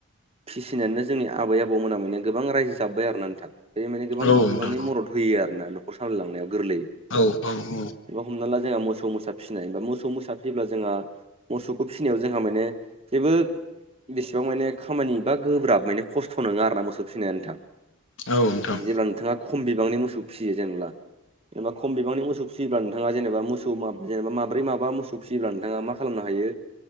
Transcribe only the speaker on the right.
फिसिनानैनो जोंनि आबै आबौ मोना माने गोबां रायजो जाबोबाय आरो नोंथां। बे माने गोबां
बिबांनि मदद होयो आरोना न'खर सामलायलांनायाव गोरलै।
हमना ला जोंहा मोसौ मोसा फिसिनाया मोसौ मोसा फिसिब्ला जोंहा मोसौखौ फिसिनायाव जोंहा माने जेबो बेसेबां माने खामानि बा गोब्राब माने खस्थ नङा आरोना मोसौ फिसिनाया नोंथां।
जेब्ला नोंथाङा खम बिबांनि मोसौ फिसियो जेनेब्ला। जेनेबा खम बिबां मोसौ फिसियोब्ला नोंथाङा जेनेबा मोसौ मा जेनेबा माब्रै माबा मोसौ फिसियोब्ला नोंथाङा मा खालामनो हायो।